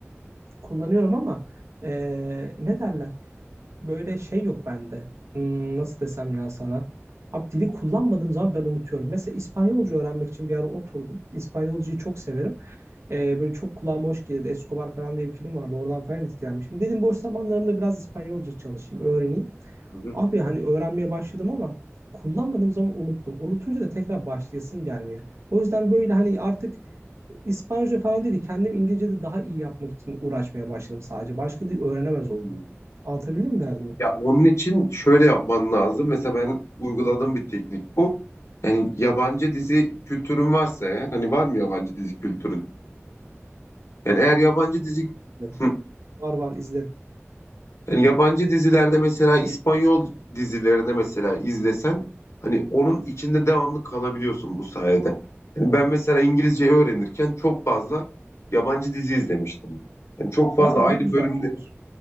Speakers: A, on the right; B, on the left.
A: kullanıyorum ama eee, ne derler? Böyle şey yok bende. Hmm, nasıl desem ya sana? Abi dili kullanmadığım zaman ben unutuyorum. Mesela İspanyolca öğrenmek için bir ara oturdum. İspanyolcayı çok severim. Eee, böyle çok kulağıma hoş gelirdi. Escobar falan diye bir film vardı. Oradan falan etkilenmişim. Dedim boş zamanlarımda biraz İspanyolca çalışayım, öğreneyim.
B: Hı
A: Abi hani öğrenmeye başladım ama kullanmadığım zaman unuttum. Unutunca da tekrar başlayasım gelmiyor. O yüzden böyle hani artık İspanyolca falan değil de kendim İngilizce'de daha iyi yapmak için uğraşmaya başladım sadece. Başka dil öğrenemez oldum.
B: hı.
A: Anlatabildim mi derdimi?
B: Ya onun için şöyle yapman lazım. Mesela ben uyguladığım bir teknik bu. Yani yabancı dizi kültürün varsa eğer, hani var mı yabancı dizi kültürün? Yani eğer yabancı dizi
A: İzlerim.
B: Hı.
A: Var var izlerim.
B: yani yabancı dizilerde mesela İspanyol dizilerine mesela izlesen hani onun içinde devamlı kalabiliyorsun bu sayede. Yani ben mesela İngilizceyi öğrenirken çok fazla yabancı dizi izlemiştim. Yani çok fazla
A: Yani o
B: aynı
A: da güzel
B: bölümde
A: fikir.